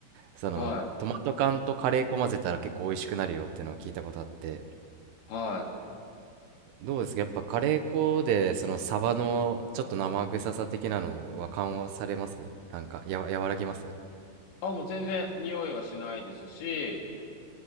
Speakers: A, on the right; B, on the left.
A: そのトマト缶とカレー粉混ぜたら結構美味しくなるよっていうのを聞いたことあって
B: はい。はい。
A: どうですかやっぱカレー粉でそのサバのちょっと生臭さ的なのは緩和されますなんかや和らぎます
B: あ、もう全然匂いはしないですし、